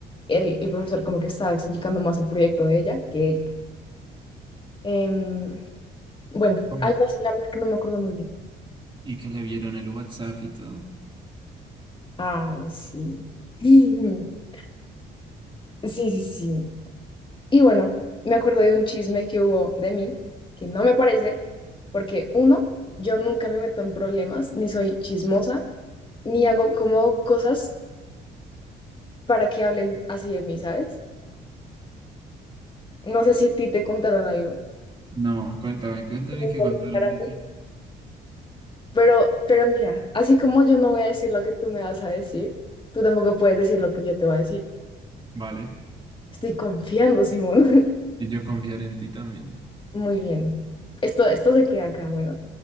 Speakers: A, on the left; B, on the right.
A: El, el profesor como que estaba explicando más el proyecto de ella que ella. Em, bueno,
B: ¿Cómo?
A: algo así, la verdad es que no me acuerdo muy bien.
B: Y que le vieron el WhatsApp y todo.
A: Ah, sí. <laughs> Sí, sí, sí. Y bueno, me acuerdo de un chisme que hubo de mí, que no me parece, porque uno, yo nunca me meto en problemas, ni soy chismosa, ni hago como cosas para que hablen así de mí, ¿sabes? No sé si a ti te contaron algo,
B: No, cuéntame, cuéntame
A: como
B: qué
A: por
B: contaron
A: estar a
B: de
A: mí,
B: ti.
A: pero, pero mira, así como yo no voy a decir lo que tú me vas a decir, tú tampoco puedes decir lo que yo te voy a decir.
B: Vale.
A: Estoy confiando, Simón.
B: Y yo confiar en ti también.
A: <laughs> Muy bien. Esto, esto se queda acá, bueno.